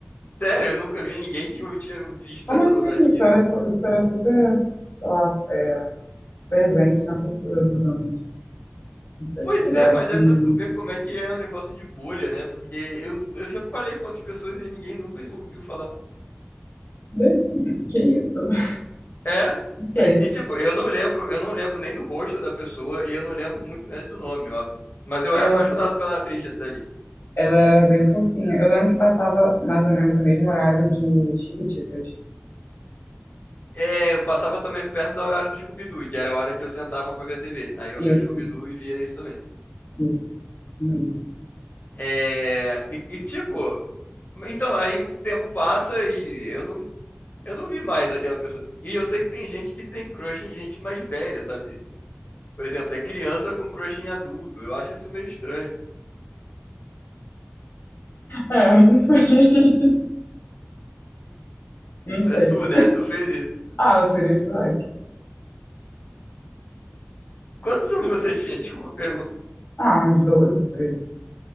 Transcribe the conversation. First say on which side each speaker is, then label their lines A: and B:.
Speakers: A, on the left; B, on the left.
A: Sério, eu nunca vi ninguém que eu tinha visto
B: Como
A: essa
B: assim?
A: novelinha.
B: Isso era, su- isso era super, sei lá, é, presente na cultura dos anos. Não sei,
A: Pois
B: quando
A: é,
B: era
A: mas
B: pequenininho.
A: é pra tu ver como é que é um negócio de bolha, né? Porque eu, eu já falei com outras pessoas e ninguém nunca ouviu falar.
B: De- Que isso? <laughs>
A: É,
B: Não sei.
A: e, e, tipo, eu não lembro, eu não lembro nem do rosto da pessoa e eu não lembro muito menos do nome, óbvio. Mas eu
B: Eu,
A: era apaixonado pela atriz dali.
B: ela é bem fofinha. Eu lembro que passava mais ou menos o mesmo horário de Chiquititas.
A: É, eu passava também perto do horário do Scooby-Doo, que era a hora que eu sentava pra ver TV. Aí eu
B: Isso.
A: via o Scooby-Doo e via isso também.
B: Isso, isso mesmo. <laughs>
A: É, e, e, tipo, então aí o tempo passa e eu não, Eu não vi mais aquela pessoa. E eu sei que tem gente que tem crush em gente mais velha, sabe? Por exemplo, é criança com crush em adulto. Eu acho isso meio estranho.
B: É, eu não sei. <laughs> Não sei.
A: É tu, né? Tu fez isso.
B: Ah, o Sirius Black.
A: Quantos anos você tinha? Desculpa a pergunta.
B: Ah, uns doze treze